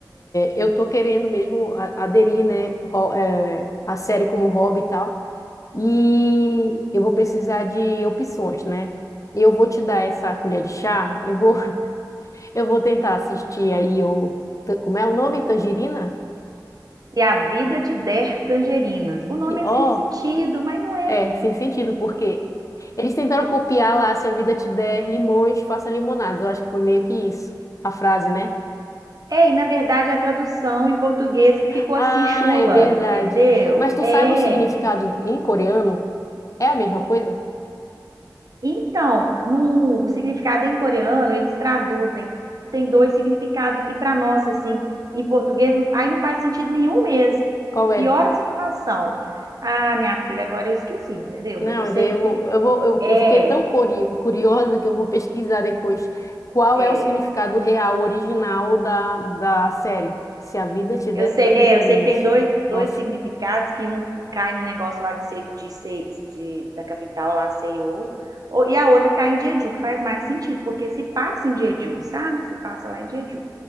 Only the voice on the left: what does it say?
eu tô querendo mesmo a- aderir, né, ro- é, a série como hobby e tal. E eu vou precisar de opções, né? Eu vou te dar essa colher de chá. Eu vou, <laughs> eu vou tentar assistir aí o, ta- como é o nome? Tangerina?
E, Ó,
é, sem sentido, porque eles tentaram copiar lá, se a vida te der limões, faça limonadas. Eu acho que foi meio que isso, a frase, né?
Ah,
é verdade.
Mas tu
sabe o significado em coreano? É a mesma coisa?
Qual é?
Não,
mas
aí
eu
vou, eu vou, eu,
eu fiquei tão curi- curiosa que eu vou pesquisar depois qual
é o significado real, original da, da série. Se a vida te der
tangerinas.
Nossa.